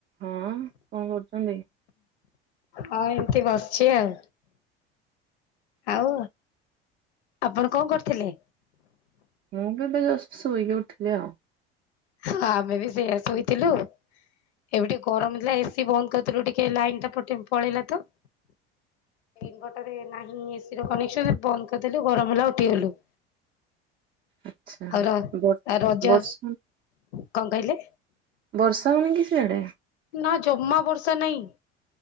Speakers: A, on the right (about 30°); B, on the left (about 80°).
A: ହଁ, କଣ କରୁଚନ୍ତି?
B: ହଁ, ଏମିତି ବସିଚି ଆଉ। ଆଉ, ଆପଣ କଣ କରୁଥିଲେ?
A: ମୁଁ ବି ତ ଜଷ୍ଟ ଶୋଇକି ଉଠିଲି ଆଉ।
B: ହଁ, ଆମେ ବି ସେଇଆ ଶୋଇଥିଲୁ ଏବେ ଟିକେ ଗରମ ଥିଲା। ଏସି ବନ୍ଦ କରିଥିଲୁ ଟିକେ ଲାଇନ ଟା କଟି ପଳେଇଲା ତ। ଇନଭେଟରରେ ନାହିଁ ଏସି ର କନେକ୍ସନ। ବନ୍ଦ କରିଦେଲୁ, ଗରମ ହେଲା ଉଠିଗଲୁ।
A: ଆଚ୍ଛା
B: ଆଉ ର
A: ବ
B: ଆଉ ରଜ।
A: ବର୍ଷା
B: କଣ କହିଲେ?
A: ବର୍ଷା ହେଉନିକି ସିଆଡେ?
B: ନା ଜମା ବର୍ଷା ନାହିଁ।